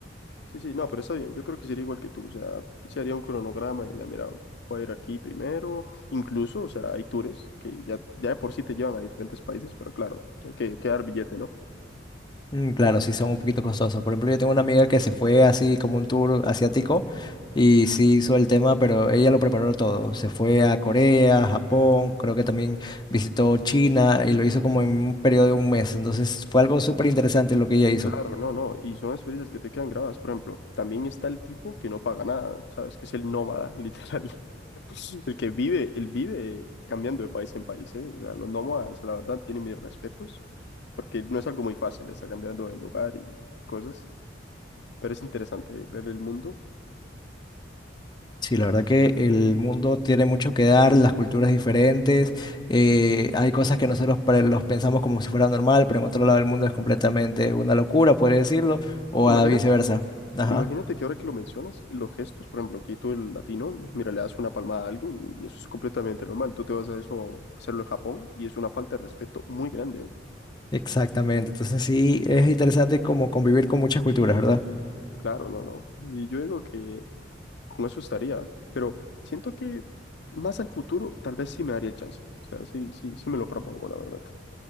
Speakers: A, on the left; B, on the left.
A: Sí, sí, no, pero está bien. Yo creo que sería igual que tú. O sea, se haría un cronograma y diría, mira, voy a ir aquí primero. Incluso, o sea, hay tours que ya, ya de por sí te llevan a diferentes países, pero claro, hay que, hay que dar billete, ¿no?
B: Mm, Claro, sí son un poquito costosos. Por ejemplo, yo tengo una amiga que se fue así como un tour asiático y sí hizo el tema, pero ella lo preparó todo. Se fue a Corea, Japón, creo que también visitó China y lo hizo como en un periodo de un mes. Entonces fue algo súper interesante lo que ella hizo.
A: Claro, no, no. Y son experiencias que te quedan grabadas. Por ejemplo, también está el tipo que no paga nada, ¿sabes? Que es el nómada, <laughs> literal. El que vive, él vive cambiando de país en país, ¿eh? O sea, los nómadas, la verdad, tienen mis respetos, porque no es algo muy fácil estar cambiando de lugar y cosas, pero es interesante ver el mundo.
B: Sí, la verdad que el mundo tiene mucho que dar, las culturas diferentes, eh, hay cosas que nosotros para- los pensamos como si fuera normal, pero en otro lado del mundo es completamente una locura, podría decirlo, o
A: Imagínate
B: a viceversa. Ajá.
A: Imagínate que ahora que lo mencionas, los gestos, por ejemplo, aquí tú el latino, mira, le das una palmada a alguien y eso es completamente normal. Tú te vas a eso, a hacerlo en Japón y es una falta de respeto muy grande. ¿eh?
B: Exactamente, entonces sí, es interesante como convivir con muchas culturas, ¿verdad?
A: Claro, no, no. Y yo digo que con eso estaría, pero siento que más al futuro tal vez sí me daría el chance. O sea, sí, sí, sí me lo propongo, la verdad.